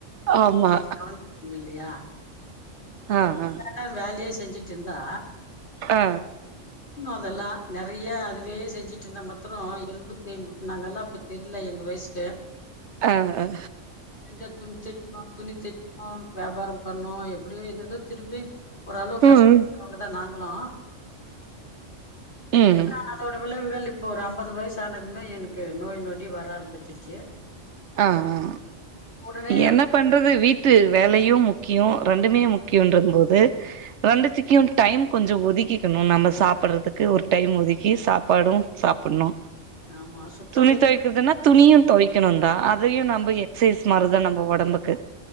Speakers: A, on the right (about 70°); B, on the left (about 40°).
A: ஆமா
B: <unintelligible> கவனிக்கனு இல்லயா
A: ஆ ஆ
B: <unintelligible> வேலயே செஞ்சுட்டுருந்தா
A: ஆ
B: இன்னு அதெல்லா நெறய அதுவே செஞ்சுட்ருந்தா மத்தரோ எலும்பு தேய்ம்பு நாங்கல்லா அப்போ தெரில எங்க வயசுக்கு
A: ஆ ஆ
B: கொஞ்ச துணி தெ <unintelligible> துணி <unintelligible> போ வியாபாரம் பண்ணோ எப் அப்படியே எதேதோ திரும்பி ஓரளவுக் கஷ்டபட்டவங்கதா
A: ம்
B: நாங்ளு
A: ம்
B: ஆனா அதோட விளைவுகள் இப்போ ஒரு அம்பது வயசு ஆனதுமே எனக்கு நோய் நொடி வர ஆரம்பிச்சிர்ச்சு
A: ஆ ஆ
B: உடனே
A: எனப் பண்றது வீட்டு வேலையு முக்கியோ ரெண்டுமே முக்கியொன்றபோது ரெண்டுத்திக்கியு டைம் கொஞ்சோ ஒதுக்கிக்கணு நம்ம சாப்பிறதுக்கு ஒரு டைம் ஒதுக்கி சாப்பாடு சாப்புண்ணு
B: ஆமா சுத்தம்
A: துணி
B: இருக்கணும்னா
A: தொய்க்கற்துன்னா துணியு தொவிக்கனுந் அதையு நம்ப எக்ஸைஸ் மாரிதா நம்ப ஒடம்புக்கு